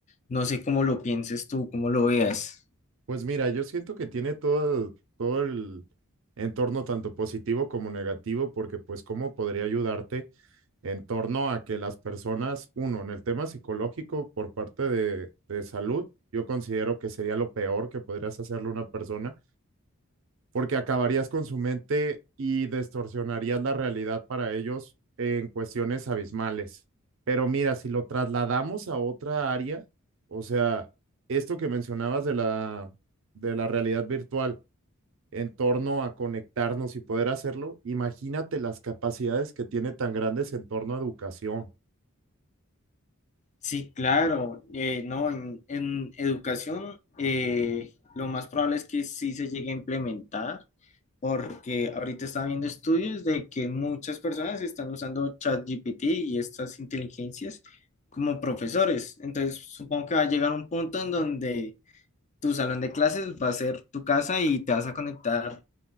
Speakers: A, on the left (about 30°); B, on the right (about 60°).
A: No sé cómo lo pienses tú, cómo lo veas.
B: pues mira, yo siento que tiene todo, todo el entorno tanto positivo como negativo, porque pues cómo podría ayudarte en torno a que las personas, uno, en el tema psicológico por parte de, de salud, yo considero que sería lo peor que podrías hacerle a una persona, porque acabarías con su mente y distorsionarías la realidad para ellos en cuestiones abismales. Pero mira, si lo trasladamos a otra área, o sea, esto que mencionabas de la, de la realidad virtual en torno a conectarnos y poder hacerlo, imagínate las capacidades que tiene tan grandes en torno a educación.
A: Sí, claro, eh, no, en, en educación eh, lo más probable es que sí se llegue a implementar, porque ahorita está viendo estudios de que muchas personas están usando ChatGPT y estas inteligencias como profesores. Entonces, supongo que va a llegar un punto en donde tu salón de clases va a ser tu casa y te vas a conectar